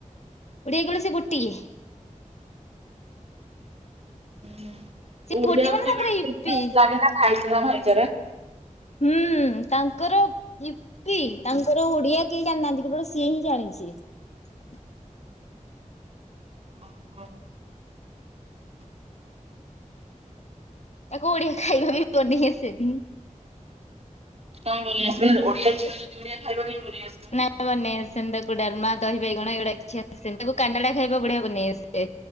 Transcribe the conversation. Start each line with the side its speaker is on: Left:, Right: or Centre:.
Left: ଓଡ଼ିଆ କଣ ସିଏ ଗୋଟିଏ?
Right: ହଁ
Left: ସେ
Right: ଓଡ଼ିଆ
Left: ଗୋଟିଏ
Right: ଗୋଟେ
Left: ମାନେ ତାଙ୍କର
Right: <inaudible>
Left: ଇପି
Right: ଖାଇଛ ନା ଖାଇଚରେ।
Left: ହୁଁ ଉଁ ତାଙ୍କର ଇପ୍ପି ତାଙ୍କର ଓଡ଼ିଆ କେହି ଜାଣିନାହାନ୍ତି କେବଳ ସିଏ ହିଁ ଜାଣିଛି। ଭ
Right: ଓ ହୋ।
Left: ତାକୁ ଓଡ଼ିଆ ଖାଇବା ବି ବନେଇ ଆସେନି।
Right: କାଇଁ ମାନେ ଓଡ଼ିଆ ଝିଅ ଯଦି ଓଡ଼ିଆ ଖାଇବା କାଇଁ ବନେଇ ଆସିବନି।
Left: ନା ବନେଇ ଆସେନି ତା କୁ ଡାଲମା ଦହି ବାଇଗଣ ଏଉଡ଼ା କିଛି ଆସେନ ତାକୁ କାନାଡା ଖାଇବା ବଢିଆ ବନେଇ ଆସେ